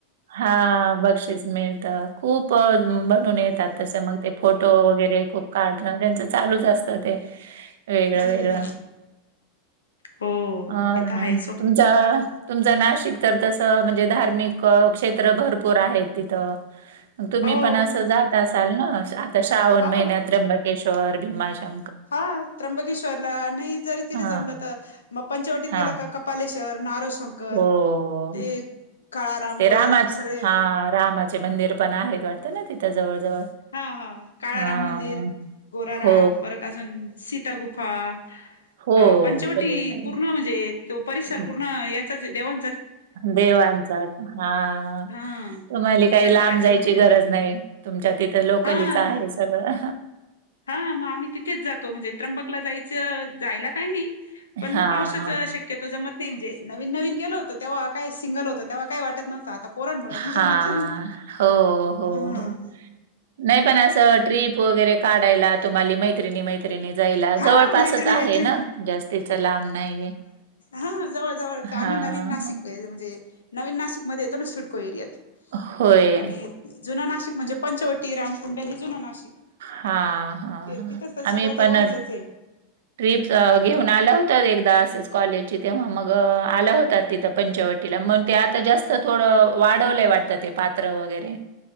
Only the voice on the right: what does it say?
हा बक्षीस मिळत, खूप बनून
येतात तस मग ते फोटो वगैरे खूप काढणं त्यांचंच चालूच असत ते. वेगळं
वेगळं
अह
तुमच तुमचं नाशिक तर तसं म्हणजे धार्मिक क्षेत्र भरपूर आहेत तिथं मग
तुम्ही पण असं जात असाल ना आता श्रावण
महिन्यात त्र्यंबकेश्वर भीमाशं
हा
हा
हो.
ते
रामाच,
हा, रामाचे मंदिर पण आहेत वाटतं ना तिथं जवळ जवळ.
हां.
हो,
हो.
पलीकडे.
हं.
देवांचा हा
तुम्हाले काय
लांब जायची
गरज
नाही. तुमच्यात तिथं लोकलीच
आहे सगळं.
हां,
हां.
हो, हो,
हो. नाही पण असं ट्रीप वगैरे काढायला तुम्हाले मै त्रिणी मैत्रिणी जायला
जवळपासच
आहे ना जास्तीच लांब नाहीये.
हां.
होय.
हा हा
हा
आम्ही
पण
ट्रिप घेऊन आलं होतात एकदा असेच कॉलेजची तेव्हा मग आलं होतात तिथं पंचवटीला. म्हणून ते आता जास्त थोडं वाढवलय वाटतं ते पात्र वगैरे.